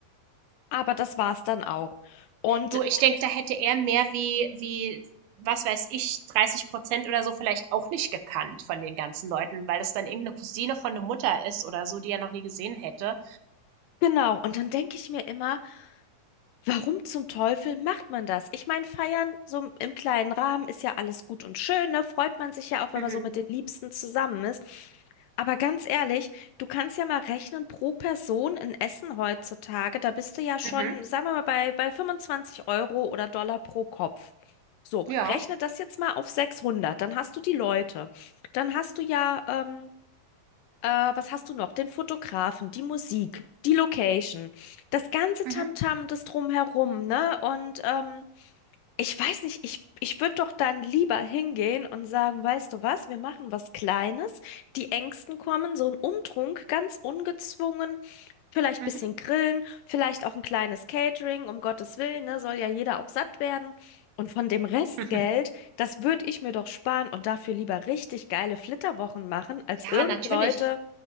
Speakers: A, on the left; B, on the right.
A: Aber das war's dann auch. Und
B: Du, ich denke, da hätte er mehr wie, wie, was weiß ich, 30% oder so vielleicht auch nicht gekannt von den ganzen Leuten, weil es dann irgendeine Cousine von der Mutter ist oder so, die er noch nie gesehen hätte.
A: genau, und dann denke ich mir immer, warum zum Teufel macht man das? Ich meine, feiern so im im kleinen Rahmen ist ja alles gut und schön, ne? Freut man sich ja auch, wenn
B: Mhm.
A: man so mit den Liebsten zusammen ist. Aber ganz ehrlich, du kannst ja mal rechnen, pro Person in Essen heutzutage, da bist du ja schon,
B: Mhm.
A: sagen wir mal, bei, bei 25 Euro oder Dollar pro Kopf. So,
B: Ja.
A: rechne das jetzt mal auf 600, dann hast du die Leute. Dann hast du ja, ähm, Äh, was hast du noch? Den Fotografen, die Musik, die Location, das ganze
B: Mhm.
A: Tamtam, das Drumherum, ne? Und ähm, ich weiß nicht, ich, ich würde doch dann lieber hingehen und sagen, weißt du was, wir machen was Kleines, die Ängsten kommen, so ein Umtrunk, ganz ungezwungen, vielleicht
B: Mhm.
A: ein bisschen
B: <laughs>
A: grillen, vielleicht auch ein kleines Catering, um Gottes Willen, ne? Soll ja jeder auch satt werden. Und von dem Restgeld,
B: Mhm.
A: das würde ich mir doch sparen und dafür lieber richtig geile Flitterwochen machen, als
B: Ja,
A: irgend
B: natürlich.
A: Leute